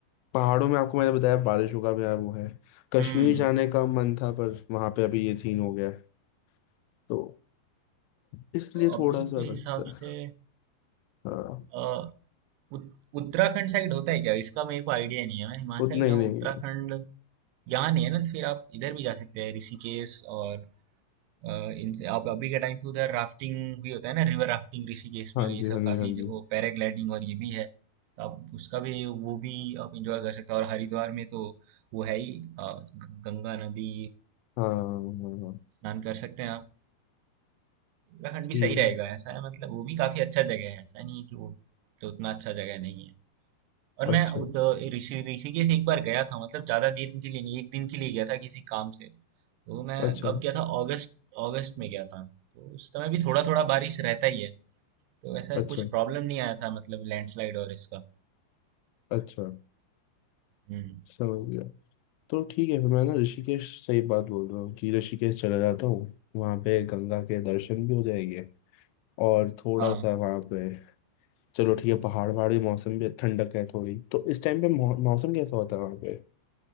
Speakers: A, on the left; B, on the right.
A: पहाड़ों में आपको मैंने बताया बारिशों का भी यार वो है कश्मीर
B: हम्म
A: जाने का मन था पर वहाँ पे अभी ये सीन हो गया है तो इसलिए
B: अभी
A: थोड़ा सा
B: के हिसाब
A: लगता है
B: से
A: हाँ
B: अ, उत- उत्तराखंड साइड होता है क्या इसका मेरे को आइडिया नहीं है मैं हिमाचल
A: उतना ही
B: गया
A: नहीं
B: हूँ उत्तराखंड यहाँ नहीं है ना तो फिर आप इधर भी जा सकते हैं ऋषिकेश और अ, इनसे आप अभी के टाइम पे उधर राफ्टिंग भी होता है ना रिवर राफ्टिंग ऋषिकेश
A: हाँ
B: में ये
A: जी
B: सब
A: हाँ जी
B: काफी
A: हाँ
B: जो-
A: जी
B: वो पैराग्लाइडिंग और ये भी है तो आप उसका भी वो भी आप इंजॉय कर सकते हैं और हरिद्वार में तो वो है ही अ, ग- गंगा नदी
A: हाँ हाँ हाँ हाँ,
B: स्नान कर सकते हैं आप उत्तराखंड
A: ठीक
B: भी सही रहेगा ऐसा है मतलब वो भी काफी अच्छा जगह है ऐसा नहीं है कि वो तो उतना अच्छा जगह नहीं है और
A: अच्छा
B: मैं उत- ऋषि ऋषिकेश एक बार गया था मतलब ज्यादा दिन के लिए नहीं एक दिन के लिए गया था किसी काम से तो मैं
A: अच्छा
B: कब गया था अगस्त अगस्त में गया था तो उस समय भी थोड़ा थोड़ा बारिश रहता ही है तो ऐसा
A: अच्छा
B: कुछ प्रॉब्लम नहीं आया था मतलब लैंडस्लाइड और इसका
A: अच्छा
B: हम्म
A: समझ गया तो ठीक है फिर मैं ना ऋषिकेश सही बात बोल रहा हूँ कि ऋषिकेश चला जाता हूँ वहाँ पे गंगा के दर्शन भी हो जाएंगे और थोड़ा
B: हाँ
A: सा वहाँ पे चलो ठीक है पहाड़ वहाड़ भी मौसम भी ठंडक है थोड़ी तो इस टाइम पे मौ, मौसम कैसा होता है वहाँ पे